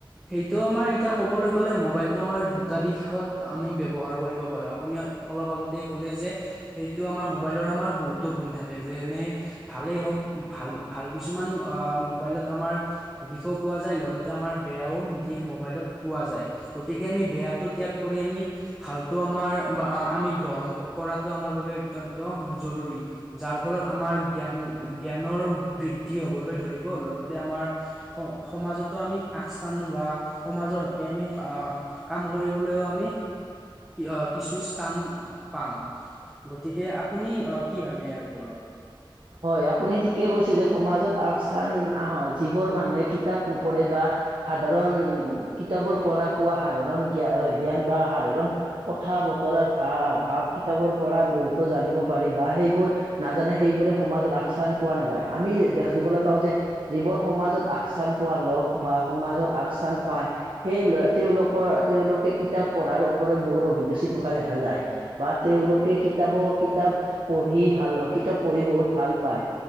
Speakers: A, in the centre; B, on the right (about 65°).
A: সেইটো আমাৰ এতিয়া ক'বলৈ গ'লে মোবাইলটো আমাৰ দুটা দিশত আমি ব্যৱহাৰ কৰিব পাৰো। আপুনিও অলপ আগতেই ক'লে যে, এইটো আমাৰ মোবাইলৰ আমাৰ বহুতো গুণ থাকে, যেনে ভালেই হওঁক, ভাল ভাল কিছুমান আ মোবাইলত আমাৰ দিশো পোৱা যায়, লগতে আমাৰ বেয়াও দিশ মোবাইলত পোৱা যায়। গতিকে আমি বেয়াটো ত্যাগ কৰি আমি, ভালটো আমাৰ ব আমি গ্ৰহণ কৰাটো আমাৰ বাবে অত্যন্ত জৰুৰী। যাৰ ফলত আমাৰ জ্ঞান জ্ঞানৰ বৃদ্ধি হ'বলৈ ধৰিব, লগতে আমাৰ স সমাজতো আমি আকস্থান বা সমাজৰ হ'কে আমি আ কাম কৰিবলৈও আমি কিহ' কিছু স্থান পাম। গতিকে আপুনি অ কি ভাবে ইয়াৰ ওপৰত?
B: হয়, আপুনি ঠিকে কৈছে। যে সমাজত আগস্থান আহ যিবোৰ মানুহে কিতাপ নপঢ়ে বা সাধাৰণ কিতাপৰ পোৱা সাধাৰণ জ্ঞা-জ্ঞান বা সাধাৰণ কথা বতৰাৰ ভা-ভাৱ কিতাপৰ পৰা বহুতো জানিব পাৰি বা সেইবোৰ নাজানে সেইবোৰে সমাজত আগস্থান পোৱা নাযায়। আমি দেখিবলৈ পাওঁ যে যিবোৰ সমাজত আগচান পোৱা লোক বা সমাজত আগস্থান পায় সেই তেওঁলোকৰ তেওঁলোকে কিতাপ পঢ়াৰ ওপৰত বহুত অভিৰুচি থকা দেখা যায়। বা তেওঁলোকে কিতাব্ কিতাপ পঢ়ি ভাল কিতাপ পঢ়ি বহুত ভাল পায়,